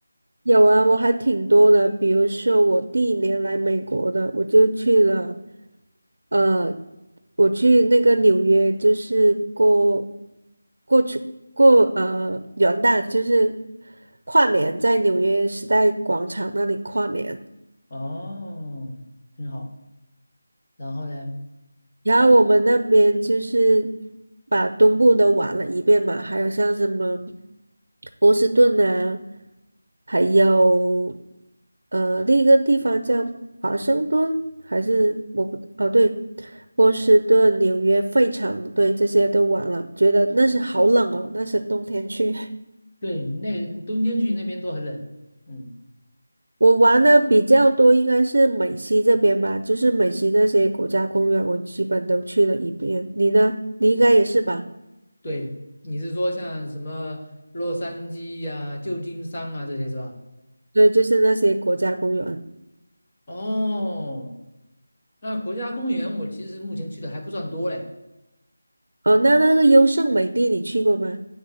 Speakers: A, on the right; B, on the left.
A: 有啊，我还挺多的，比如说我第一年来美国的，我就去了，呃，我去那个纽约，就是过过去过呃元旦，就是跨年在纽约时代广场那里跨年。
B: 哦，很好。然后呢？
A: 然后我们那边就是把东部都玩了一遍嘛，还有像什么波士顿啊，还有呃另一个地方叫华盛顿，还是我不哦对，波士顿、纽约、费城，对这些都玩了，觉得那是好冷哦，那是冬天去。<laughs>
B: 对，那冬天去那边都很冷。嗯，
A: 我玩的比较多应该是美西这边吧，就是美西那些国家公园，我基本都去了一遍。你呢？你应该也是吧？
B: 对，你是说像什么洛杉矶呀、旧金山啊这些是吧？
A: 对，就是那些国家公园。
B: 哦，那国家公园我其实目前去的还不算多嘞。
A: 哦，那那个优胜美地你去过吗？